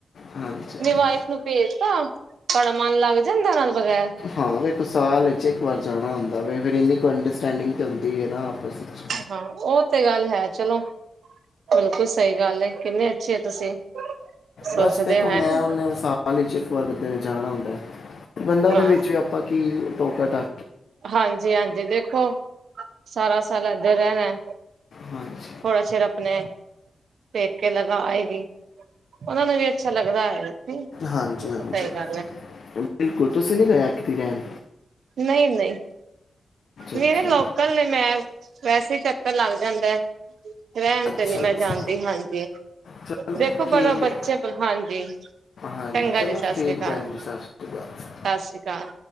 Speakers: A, on the left; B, on the right.
A: ਹਾਂਜੀ।
B: ਵਾਈਫ ਨੂੰ ਪੇਜ ਤਾਂ ਤਾੜਾ ਮਨ ਲਗ ਜਾਦਾ ਓਨੂੰ ਦੇ ਵਗੈਰ
A: ਹਾਂ ਵੇਖ ਸਾਲ ਵਿੱਚ ਏਕ ਵਾਰ ਜਾਣਾ ਹੁੰਦਾ ਫਿਰ ਏਨੀ ਕੁ ਅੰਡਸਟਿੰਗ ਤੇ ਹੁੰਦੀ ਏ ਨਾ ਆਪਸ ਵਿੱਚ
B: ਹਾਂ ਉਹ ਤੇ ਗੱਲ ਹੈ ਚਲੋ, ਬਿਲਕੁਲ ਸਹੀ ਗੱਲ ਕਿੰਨੇ ਅੱਛੇ ਓ ਤੁਸੀਂ ਸੋਚਦੇ
A: ਬਸ ਦੇਖੋ
B: ਹੋ
A: ਮੈਂ
B: ਹੈਂ
A: ਓਨੇ ਓਸ ਚ ਇਕ ਵਾਰ ਬੰਦੇ ਨੇ ਜਾਣਾ ਹੁੰਦਾ ਐ, ਬੰਦਾ ਉਹਦੇ
B: ਹਾਂ
A: ਵਿੱਚ ਵੀ ਆਪਾਂ ਕੀ ਟੋਕਾ ਟਾ
B: ਹਾਂਜੀ-ਹਾਂਜੀ ਦੇਖੋ ਸਾਰਾ ਸਾਲ ਏਦਾ ਰੇਣਾ
A: ਹਾਂਜੀ
B: ਥੋੜਾ ਚਿਰ ਆਪਣੇ ਪੇਕੇ ਲਗਾ ਆਏਗੀ ਉਹਨਾਂ ਨੂੰ ਵੀ ਅੱਛਾ ਲੱਗਦਾ ਹੈਗਾ ਨੀ
A: ਹਾਂਜੀ
B: ਸਹੀ
A: ਹਾਂਜੀ
B: ਗੱਲ ਏ।
A: ਬਿਲਕੁਲ ਤੁਸੀਂ ਨੀ ਗਏ ਏਤ ਕੀ ਰੈਣ
B: ਨਈ-ਨਈ। ਮੇਰੇ
A: ਅੱਛਾ
B: ਲੋਕਲ ਨੇ, ਮੈ ਵੈਸੇ ਚੱਕਰ ਲੱਗ ਜਾਦਾ ਰੇਣ
A: ਅੱਛਾ
B: ਤੇ ਨੀ ਮੈ
A: ਅੱਛਾ
B: ਜਾਦੀ ਹਾਂਜੀ,
A: ਚਲੋ
B: ਦੇਖੋ
A: ਠੀਕ
B: ਪਰ ਬੱਚੇ
A: ਹੈ
B: ਹਾਂਜੀ
A: ਹਾਂਜੀ
B: ਚੰਗਾ
A: ਚਲੋ
B: ਜੀ ਸਤਿ
A: ਠੀਕ
B: ਸ੍ਰੀ ਅਕਾਲ
A: ਪੈਣ ਜੀ ਸਤਿ ਸ਼੍ਰੀ ਅਕਾਲ
B: ਸਤਿ ਸ਼੍ਰੀ ਅਕਾਲ।